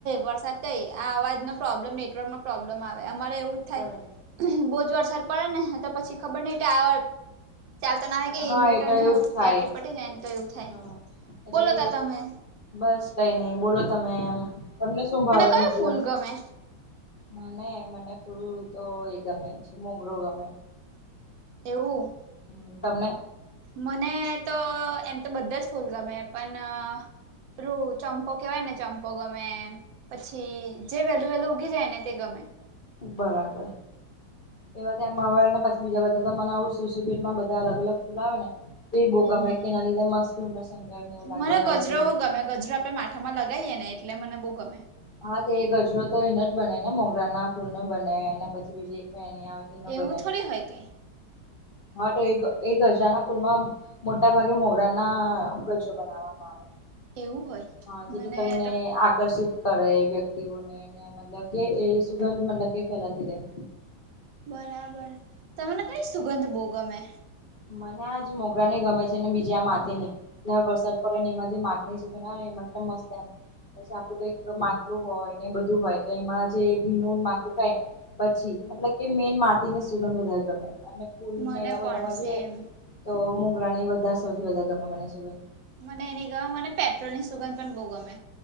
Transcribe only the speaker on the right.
વરસાદ કઈ આ અવાજ નો પ્રોબ્લેમ નેટવર્ક ન પ્રોબ્લેમ આવે અમારે એવું થાય
બોજ વરસર પડે ને તો પછી ખબર નહ આ ચાલતા ના આવે કે
ઇન્વેટર
બેટરી પટી જાય ને તો એવું થાય
બોલો ત તમે
કયું
ફૂલ ગમે
એવું
મને તો એમ તો બધા જ ફૂલ ગમે પણ પેલું ચંપો કેવાય ને ચંપો ગમે પછી જે વેહેલું વેહેલું ઉઊગી જાય ને તે ગમે
હમ
મને ગજરો
ગમે ગજરા પે મા હામાં લગાવીએ ને એટલે મને બહુ ગમે
એવું
થોડી હોય કઈ
એવું હોય
મને
તો
બરાબર તમને કઈ સુગંધ બોુ ગમે
મને
પણ
સેમ
મને એની ગ મને પેટ્રોલ ની સુગંધ પણ બહુ ગમે